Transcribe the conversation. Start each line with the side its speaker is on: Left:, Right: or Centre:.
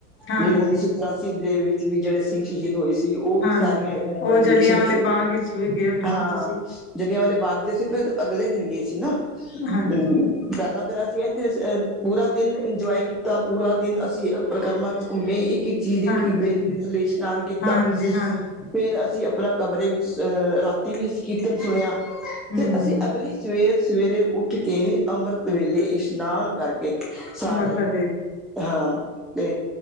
Left: ਹਾਂਜੀ।
Centre: ਜ ਉੱਨੀ ਸੌ ਚਰਾਸੀ ਦੇ ਵਿੱਚ ਵੀ ਜਿਹੜੇ ਸਿੰਘ ਸ਼ਹੀਦ ਹੋਏ ਸੀ। ਉਹ ਵੀ
Left: ਹਾਂਜੀ
Centre: ਸਾਰੀਆਂ ਇਹਨਾਂ ਨੂੰ
Left: ਉਹ
Centre: ਐਗਜੀਵਿਸਨ
Left: ਜਲਿਆਂ <unintelligible>
Centre: ਹਾਂ,
Left: ਤੁਸੀਂ
Centre: ਜਲਿਆਂ ਵਾਲੇ ਬਾਗ ਚ ਅਸੀ ਫਿਰ ਅਗਲੇ ਦਿਨ ਗਏ ਸੀ ਨਾ। ਅਹ
Left: ਹਾਂਜੀ
Centre: ਪਹਿਲਾਂ ਫਿਰ ਅਸੀਂ ਇਹ ਪੂਰਾ ਦਿਨ ਇੰਜੋਏ ਕੀਤਾ, ਪੂਰਾ ਦਿਨ ਅਸੀਂ ਪ੍ਰਕਰਮ ਵਿੱਚ ਘੁੰਮੇ। ਚੀਜ ਦੇਖੀ।
Left: ਹਾਂਜੀ
Centre: ਬੇਰੀ ਥੱਲੇ ਇਸ਼ਨਾਨ ਕੀਤਾ।
Left: ਹਾਂਜੀ ਹਾਂਜੀ
Centre: ਫਿਰ ਅਸੀਂ ਆਪਣਾ ਕਮਰੇ ਵਿੱਚ ਅਹ ਰਾਤੀ ਵੀ ਅਸੀ ਕੀਰਤਨ ਸੁਣਿਆ।
Left: ਹਮ
Centre: ਫਿਰ ਅਸੀਂ ਅਗਲੀ ਸਵੇਰ-ਸਵੇਰੇ ਉੱਠ ਉੱਠ ਕੇ ਅੰਮ੍ਰਿਤ ਵੇਲੇ ਇਸ਼ਨਾਨ ਕਰਕੇ ਸਾਰੇ।
Left: ਮੱਥਾ ਟੇਕ
Centre: ਹਾਂ ਤੇ